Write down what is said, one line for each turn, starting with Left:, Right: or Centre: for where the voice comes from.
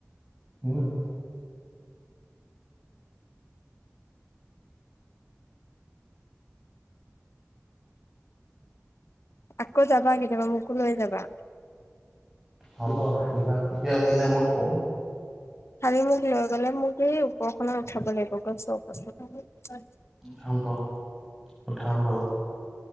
Centre: উম
Left: আকৌ যাবা কেতিয়াবা মোকো লৈ যাবা।
Centre: হ'ব ৰাধিকা তেতিয়া আহিলে মই কম।
Left: খালি মোক লৈ গ'লে মোক সেই উপৰখনত উঠাব লাগিব কষ্ট মষ্ট কৰি
Centre: উঠাম বাৰু উঠাম বাৰু।